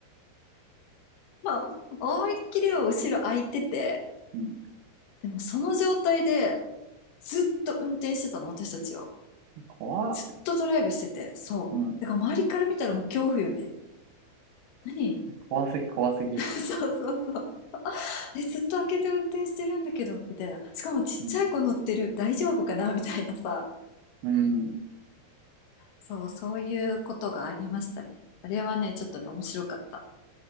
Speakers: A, on the left (about 85°); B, on the right (about 80°).
A: まあ、思いっきりは後ろ空いてて、
B: うん、
A: でもその状態でずっと運転してたの、私たちは。
B: 怖っ、
A: ずっとドライブしてて、そう。
B: うん、
A: だから周りから見たらもう恐怖よね。何
B: 怖すぎ、怖すぎ。
A: <laughs> そうそうそう。え、ずっと開けて運転してるんだけど、みたいな。しかもちっちゃい子乗ってる、
B: うん、
A: 大丈夫かなみたいなさ。
B: うん、
A: そう、そういうことがありましたね。あれはね、ちょっとね、面白かった。